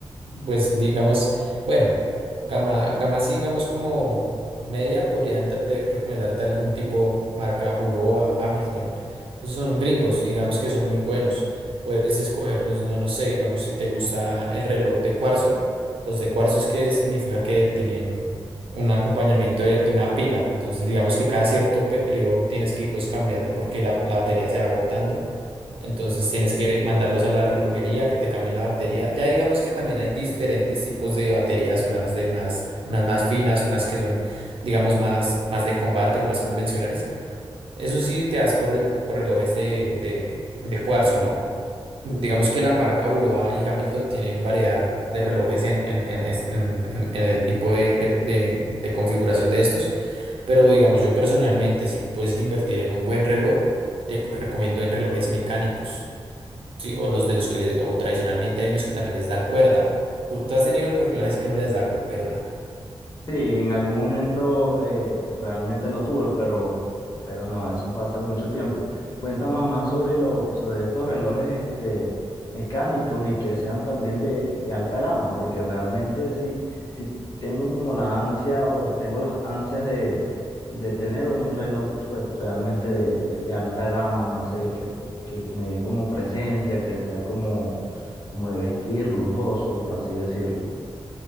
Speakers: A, on the right; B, on the left.
A: Pues digamos, bueno, gama, gama así, digamos como media, podría ent- de- recomendarte algún tipo, marca Bulova, Hamilton. Esos son gringos, digamos que son muy buenos. Puedes escogerlos, no, no sé, digamos si te gusta el reloj de cuarzo. Los de cuarzo es que significa que tienen un acompañamiento de, de una pila. Entonces, digamos que cada cierto periodo tienes que irlos cambiando porque la, la batería se va agotando entonces tienes que mandarlos a la relojería que te cambien la batería. Ya digamos que también hay diferentes tipos de baterías, unas de más, unas más finas, unas que son, digamos, más, más de combate o más convencionales. Eso sí, te vas por, por relojes de, de, de cuarzo, ¿no? Digamos
B: Sí, sí.
A: que la marca Bulova y Hamilton tienen variedad de relojes en, en, en, es- en- en- en el tipo de, de de- de configuración de estos. Pero digamos, yo personalmente, si puedes invertir en un buen reloj, te c- recomiendo en relojes mecánicos. Sí, o los de los que le- o tradicionalmente hay unos que también les dan cuerda. ¿Tú, tú has tenido los relojes que no les da cuerda?
B: Sí, en algún momento eh, realmente lo tuve, pero, pero no, eso fue hace mucho tiempo. Cuéntame más sobre lo, sobre estos relojes este, mecánicos y que sean también de, de alta gama, porque realmente sí, sí tengo como la ansia o tengo las ansias de, de tener un reloj re- realmente de, de- de alta gama, no sé, que, que me dé como presencia, que sea como, como de vestir, lujoso, por así decirlo.